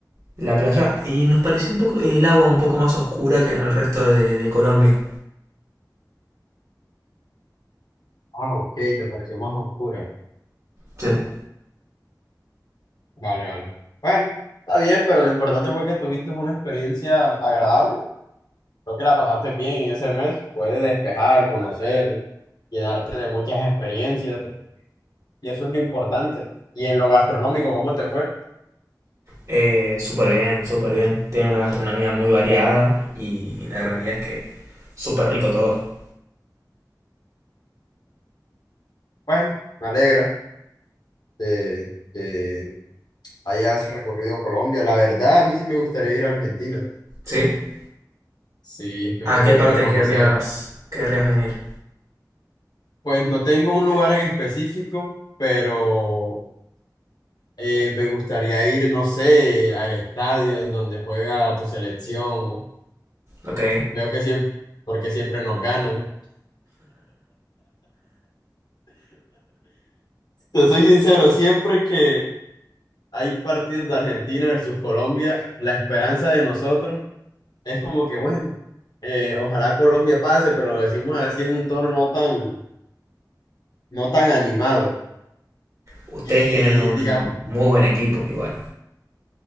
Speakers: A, on the right; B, on the left.
A: la playa y nos pareció un poco el agua un poco más oscura que en el resto de, de Colombia.
B: Ah, ok, te pareció más oscura.
A: Sí.
B: Vale, vale. Bueno, está bien, pero lo importante fue que tuviste una experiencia agradable. Creo que la pasaste bien en ese mes. Puedes despejar, conocer, llenarte de muchas experiencias y eso es lo importante. Y en lo gastronómico, ¿cómo te fue?
A: Eh, súper bien, súper bien. Tiene una gastronomía muy variada y la realidad es que súper rico todo.
B: Bueno, me alegra. que, que hayas recorrido Colombia. La verdad, a mí sí me gustaría ir a Argentina.
A: ¿Sí?
B: Sí, me
A: ¿A
B: gustaría
A: qué parte
B: ir a conocer.
A: querrías, querrías venir?
B: Pues no tengo un lugar en específico, pero eh, me gustaría ir, no sé, al estadio en donde juega tu selección.
A: Ok.
B: Veo que siempre, porque siempre nos ganan. Te soy sincero, siempre que hay partidos de Argentina versus Colombia, la esperanza de nosotros es como que, bueno, eh, ojalá Colombia pase, pero lo decimos así en un tono no tan, no tan animado.
A: Ustedes
B: Y
A: tienen un
B: digamos,
A: muy buen equipo, igual.